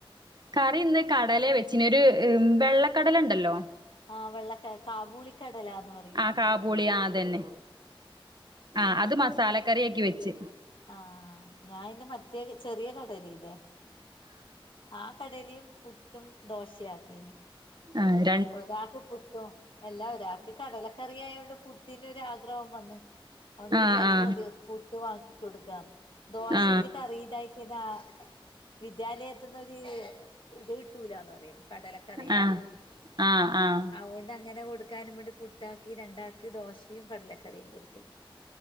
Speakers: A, on the right; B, on the left.
A: കറി ഇന്ന് കടലേ വെച്ചിന് ഒരു വെള്ളക്കടല എണ്ടല്ലൊ
B: ആഹ് വെള്ള കട കാബൂളികടലാന്ന് പറ
A: ആഹ് കാബൂളി ആഹ് അതന്നെ. ആഹ് അത് മസാലക്കറി ആക്കി വെച്ച്
B: ആഹ് ഞാനിന്ന് മറ്റേ ചെറിയ കടല ഇല്ലെ ആ കടലയും പുട്ടും ദോശയാക്കീനി
A: ആഹ്
B: ഒരാക്ക് പുട്ടും എല്ലാ ഒരാക്ക് കടല ക്കറിയായതോണ്ട് പുട്ടിന് ഒരു ആഗ്രഹം വന്ന്. അതുകൊണ്ട്
A: ആ
B: വിചാരിച്ച്
A: ആ
B: മതിയോ പുട്ടും ആക്കി കൊടുക്കാന്ന്. ദോശയില്
A: ആ
B: കറിയിതായി തിന്നാ വിദ്യാലയത്തുന്നൊര് ഇത് കിട്ടൂലാന്ന് പറയുന്നു കടലക്കറിയായോണ്ട്
A: ആഹ് ആഹ് ആഹ്
B: അതുകൊണ്ട് അങ്ങനെ കൊടുക്കാനും വേണ്ടി പുട്ടാക്കി, രണ്ടാക്ക് ദോശയും കടലക്കറിയും കൊടുത്ത്.